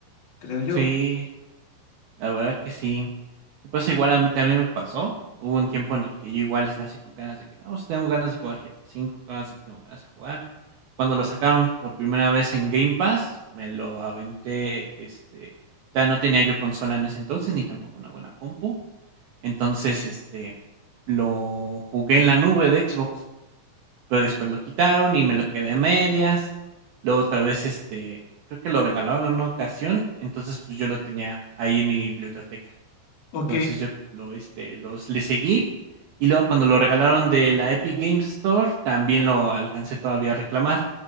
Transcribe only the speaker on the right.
Sí, la verdad que sí. Y pues igual a mí también me pasó. Hubo un tiempo en el que yo igual estaba así con ganas de que, no, pues, tengo ganas de jugar GTA V, ganas de- tengo ganas de jugar. Cuando lo sacaron por primera vez en Game Pass, me lo aventé, este, todavía no tenía yo consola en ese entonces, ni tampoco una buena compu. Entonces, este, lo jugué en la nube de Xbox. pero después lo quitaron y me lo quedé a medias. Luego otra vez, este, creo que lo regalaron en una ocasión, entonces pues yo lo tenía ahí en mi biblioteca.
Entonces yo lo, este, los le seguí y luego cuando lo regalaron de la Epic Games Store, también lo alcancé todavía a reclamar.